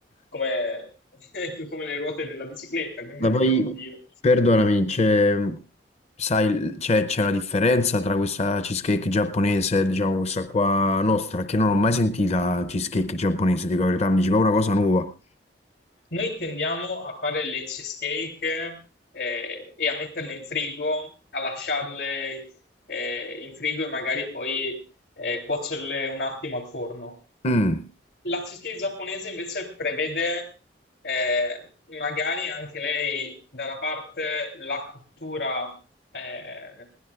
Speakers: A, on the left; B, on the left.
A: come, <laughs> come le ruote della bicicletta, quindi
B: ma
A: ho
B: poi
A: detto, oddio.
B: Perdonami, c'è sai, c'è c'è una differenza tra questa cheesecake giapponese e diciamo questa qua nostra, che non ho mai sentita cheesecake giapponese, dico la verità, mi diceva una cosa nuova.
A: Noi tendiamo a fare le cheesecake eh, e a metterle in frigo, a lasciarle eh, in frigo e magari poi eh, cuocerle un attimo al forno.
B: Mm.
A: La cheesecake giapponese invece prevede eh, magari anche lei da una parte la cottura, eh,